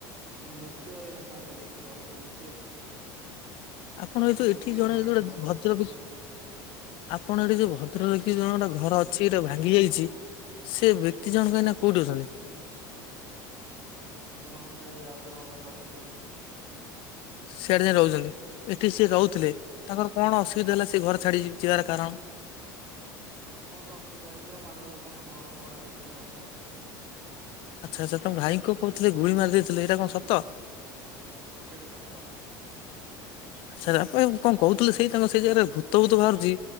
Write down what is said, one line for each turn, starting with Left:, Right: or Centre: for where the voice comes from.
Right: ହୁଁ! ବସ୍ଚୁ ଆଉ ଏଇ ନା କଣ କରିବା, ଗରମ ହଉଛି ଆଉ।
Left: ଆପଣ
Right: ବର୍ଷା
Left: ଏଇ ଯୋଉ
Right: ହେଇକ
Left: ଏଠି
Right: ବି
Left: ଜଣେ
Right: ଆମର
Left: ଯୋଉଟେ
Right: ଆଡେ ଗରମ
Left: ଭଦ୍ର
Right: ଉଠଉଛି
Left: ବ୍ୟକ୍ତି
Right: ଆଉ।
Left: ଆପଣ ଏଠି ଯୋଉ ଭଦ୍ର ବ୍ୟକ୍ତି ଜଣଙ୍କର ଘର ଅଛି ଟା ଭାଙ୍ଗି ଯାଇଛି। ସେ ବ୍ୟକ୍ତି ଜଣଙ୍କ ଏଇନା କୋଉଠି ଅଛନ୍ତି?
Right: ଏ ବ୍ୟକ୍ତି ଜଣଙ୍କ ଏ ଆଉ ଜଣଙ୍କ ଘରରେ ଅଛନ୍ତି ଆଉ।
Left: ସେଆଡେ ଯାଇ ରହୁଛନ୍ତି, ଏଠି ସିଏ
Right: ସିଆଡେ
Left: ରହୁଥିଲେ
Right: କଣ
Left: ତାଙ୍କର କଣ ଅସୁବିଧା ହେଲା ସେ ଘର ଛାଡି ଯିବାର କାରଣ?
Right: କଁ ଗୋଟେ ଅସୁବିଧା ହେଇଥିବ, ମାଡ ଗୋଳ ତାଙ୍କ ଝଗଡା-ମଗଡା ହେଇକି ସେ ଗଲେ ଆଉ।
Left: ଆଚ୍ଛା-ଆଚ୍ଛା! ତମ ଭାଇ କଁ କହୁଥିଲେ ଗୁଳି ମାରି ଦେଇଥିଲେ, ଏଇଟା କଣ ସତ?
Right: ହଉ, ସେଇଟା ସତ କଥା।
Left: <unintelligible> କଣ କହୁଥିଲେ ସେଇ ତାଙ୍କ ସେଇ ଜାଗାରେ ଭୂତ-ଭୂତ ବାହାରୁଛି।